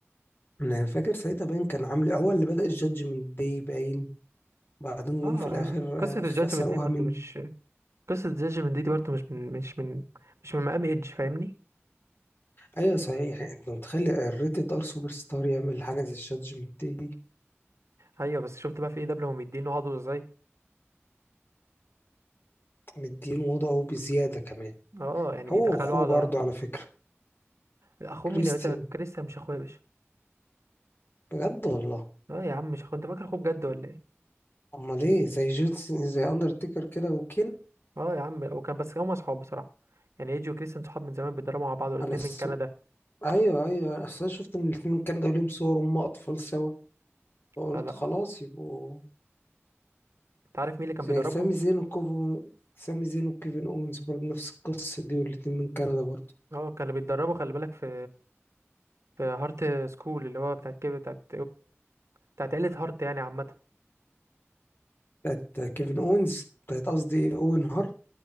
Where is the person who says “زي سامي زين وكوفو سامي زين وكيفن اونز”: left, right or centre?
Left